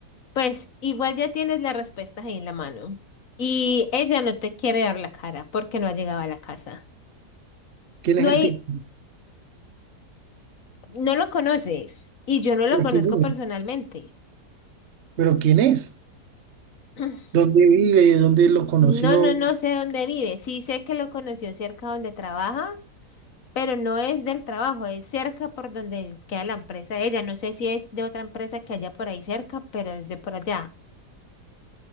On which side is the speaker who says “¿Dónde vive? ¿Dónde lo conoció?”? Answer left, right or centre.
Right